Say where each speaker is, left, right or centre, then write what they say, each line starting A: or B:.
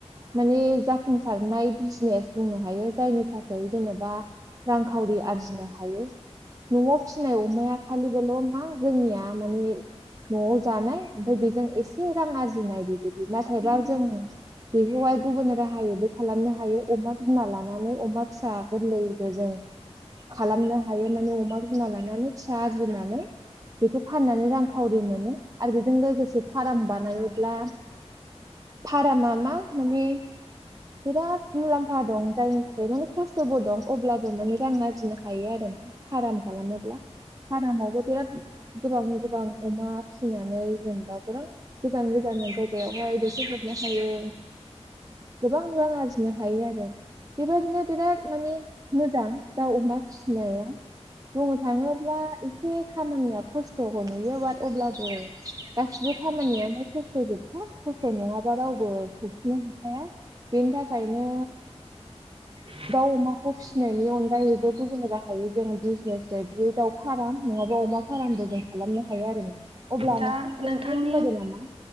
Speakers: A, on the right; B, on the right.
A: माने जाफुंसारनाय बिजनेस बुंनो हायो। जायनि थाखाय जेनेबा रांखावरि आरजिनो हायो। न'आव फिसिनाय अमाया खालिबोल' मा जोंनिया माने न'आव जानाय ओमफ्राय बेजों एसे रां आरजिनाय बिबायदि नाथायबा जों बेखौहाय गुबुन राहायैबो खालामनो हायो। अमा बिमा लानानै अमा फिसा गोरलैबो जों खालामनो हायो माने अमा बिमा लानानै फिसा आरजिनानै बेखौ फाननानै रांखावरि मोनो आरो बेजों लोगोसे फार्म बानायोब्ला फारामा मा माने बिराद मुलाम्फा दं जायनि थाखाय माने खस्थ'बो दं अब्लाबो माने रां आरजिनो हायो आरो ना फाराम खालामोब्ला। फारामावबो बिराद गोबां गोबां अमा फिसिनानै जेनेबा गोबां गोजान गोजान जायगायावहाय दैथायहरनो हायो गोबां रां आरजिनो हायो आरो। बेबायदिनो बिराद मानि मोजां दा अमा फिसिनाया बुंनो थाङोब्ला एसे खामानिया खस्थ'खौ नुयो बाट अब्लाबो गासिबो खामानियानो खस्थ' जोबखा, खस्थ' नङाबा रावबो सौसिनो हाखाया। बेनि थाखायनो
B: <inaudible>
A: दाउ अमाखौ फिसिनायनि अनगायैबो गुबुन राहायै जों बिजनेस बायदियै दाउ फार्म नङाबा अमा फारामबो जों खालामनो हायो आरो नोंथां। अब्ला
B: दा
A: नोंथाङाबो
B: नोंथांनि
A: एसे फोरमायदो नामा?